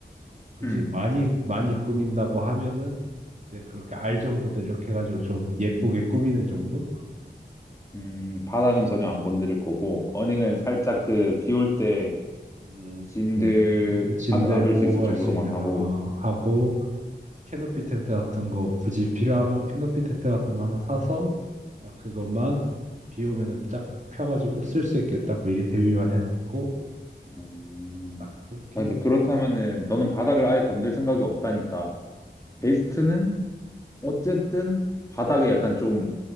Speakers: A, on the right (about 40°); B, on the left (about 15°).
A: 굳이
B: 음,
A: 많이 많이 꾸민다고 하면은 이제 그렇게 알전구도 이렇게 해가지고 좀 예쁘게 꾸미는 정도?
B: 음, 바닥은 전혀 안 건드릴 거고, 어닝은 살짝 그, 비올 때
A: 음,
B: 짐들
A: 그 뭐, 짐들
B: 안에 놔둘
A: 보호할
B: 수 있을 정도로만
A: 수 있는
B: 하고,
A: 거 어, 하고 캐노피 텐트 같은 거 굳이 필요하면 캐노피 텐트 같은 거 하나 사서 딱 그것만 비 오면은 쫙 펴가지고 쓸 수 있게 딱 미리 대비만 해놓고
B: 음,
A: 딱 그렇게
B: 아, 근데 그렇다면은, 너는 바닥을 아예 건들 생각이 없다니까,
A: 음.
B: 베스트는 어쨌든 바닥에
A: 음.
B: 약간 좀